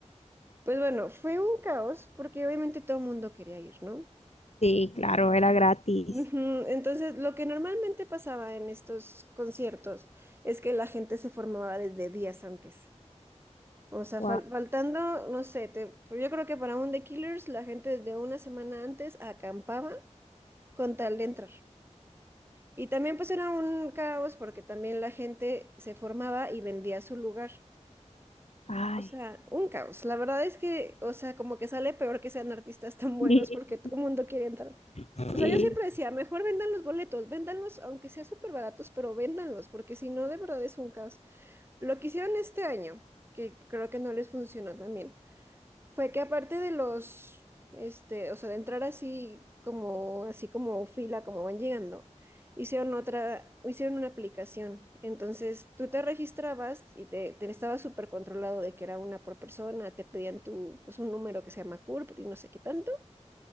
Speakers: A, on the right (about 20°); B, on the left (about 60°).
A: Pues bueno, fue un caos porque obviamente todo el mundo quería ir, ¿no?
B: Sí, claro, era gratis.
A: Ujú, Entonces, lo que normalmente pasaba en estos conciertos es que la gente se formaba desde días antes. O sea,
B: Guau.
A: fal- faltando, no sé, te- pues yo creo que para un The Killers la gente desde una semana antes acampaba con tal de entrar. Y también pues era un caos porque también la gente se formaba y vendía su lugar.
B: Ay,
A: O sea, un caos. La verdad es que, o sea, como que sale peor que sean artistas tan buenos
B: <laughs>
A: porque todo el mundo quiere entrar.
B: sí.
A: O sea, yo siempre decía, mejor vendan los boletos, véndanlos aunque sea súper baratos, pero véndanlos porque si no, de verdad es un caos. Lo que hicieron este año, que creo que no les funcionó también Fue que aparte de los, este, o sea, de entrar así como, así como fila, como van llegando, hicieron otra, hicieron una aplicación. Entonces tú te registrabas y te, te estaba súper controlado de que era una por persona, te pedían tu, pues un número que se llama CURP y no sé qué tanto.